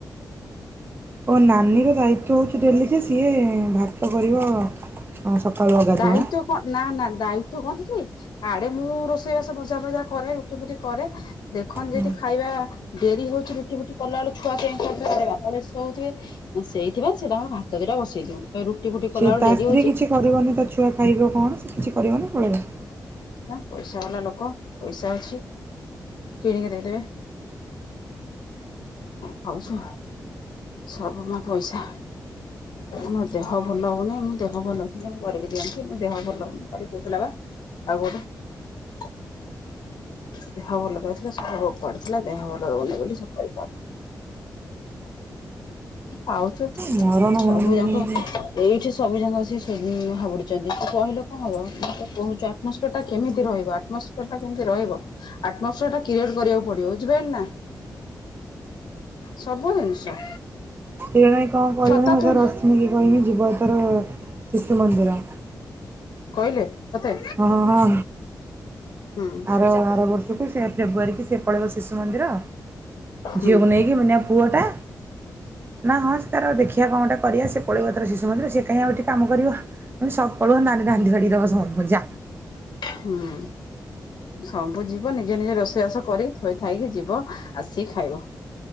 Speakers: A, on the right (about 30°); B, on the left (about 75°).
A: ଓ ନାନୀର ଦାୟିତ୍ଵ ହେଉଛି ଡେଲି ଯେ ସିଏ ଭାତ କରିବ ଅ ସକାଳୁ ଅଗାଧୁଆ।
B: ଦାୟିତ୍ଵ କଣ ନା ନା ଦାୟି ତ୍ଵ କଣ କି ଇଆଡେ ମୁଁ ରୋଷେଇବାସ ଭଜା ଭଜା କରେ ରୁଟି ଫୁଟି କରେ ଦେଖନ୍ ଯଦି
A: ହୁଁ।
B: ଖାଇବା ଡେରି ହଉଛି ରୁଟି ଫୁଟି କଲା ବେଳକୁ ଛୁଆ କେଁ କଟର ଇଆଡ଼େ ବାପା ବ୍ୟସ୍ତ ହଉଥୁବେ ସେଇଥିପାଇଁ ସେ ତାଙ୍କର ଭାତ ଦିଟା ବସେଇ ଦିଅନ୍ତି। ରୁଟି ଫୁଟି କଲା
A: ସେ
B: ବେଳୁ
A: ତା
B: ଡେରି
A: ସ୍ତ୍ରୀ
B: ହଉଛି
A: କିଛି କରିବନି ତା ଛୁଆ ଖାଇବ କଣ ସେ କିଛି କରିବନି ପଳେଇବ
B: ହଁ ପଇସା ବାଲା ଲୋକ ପଇସା ଅଛି। କିଣିକି ଦେଇଦେବେ। ଖାଉଛୁ ସବୁ ମା ପଇସା। ମୋ ଦେହ ଭଲ ହଉନି ମୋ ଦେହ ଭଲ କରିକି ଦିଅନ୍ତି ମୋ ଦେହ ଭଲ ହଉନି କହୁଥିଲା ବା କାହାକୁ ଗୋଟେ ଦେହ ଭଲ ନଥିଲା ସବୁ ପଡିଥିଲା ଦେହ ଭଲ ରହୁନି ବୋଲି କରିପାରୁନି। ପାଉଛୁ
A: ମରଣ
B: ସବୁ
A: ହଉନି।
B: ଯାକ ଏଇଠି ସବୁ ଯାକ ଆସିକି ସ ସେ ହାବୁଡୁଛନ୍ତି ତୁ କହିଲେ କଣ ହବ ମୋତେ କହୁଛୁ ଆଟୋସ୍ପିୟର ଟା କେତେ କେମିତି ରହିବ ଆଟମସ୍ଫିୟର ଟା କେମିତି ରହିବ ଆଟମସ୍ଫିୟର ଟା କ୍ରିଏଟ କରିବାକୁ ପଡିବ ବୁଝିପାରିଲୁ ନା। ସବୁ ଜିନିଷ
A: କେଜାଣି କଣ କହିଲଣି
B: ଛତା
A: ମତେ
B: ତୁ
A: ରଶ୍ମି କୁ କହିବି ଯିବ ଏଥର ଶିଶୁ ମନ୍ଦିର।
B: କହିଲେ? ତତେ
A: ହଁ ହଁ
B: ହୁଁ
A: ଆର ଆର ବର୍ଷକୁ ସେ ଫେବୃଆରୀ କି ସେ ପଳେଇବ ଶିଶୁ ମନ୍ଦିର
B: ହୁଁ
A: ଝିଅକୁ ନେଇକି ମୁଁ କହିଲି ପୁଅଟା ନା ହଁ ସେ ତାର ଦେଖିବା କଣଟେ କରିବା ସେ ପଳେଇବ ତାର ଶିଶୁ ଶିଶୁ ମନ୍ଦିର ସେ କାଁ ଆଉ କାହିଁକି କାମ କରିବ ସବ ପଲଉ ନାନୀ ରାନ୍ଧି ବାଢ଼ିକି ଦବ ସମସ୍ତଙ୍କୁ ଯା।
B: ହୁଁ। ସବୁ ଯିବ ନିଜେ ନିଜେ ରୋଷେଇବାସ କରି ଥୋଇଥାଇକି ଯିବ ଆସିକି ଖାଇବ।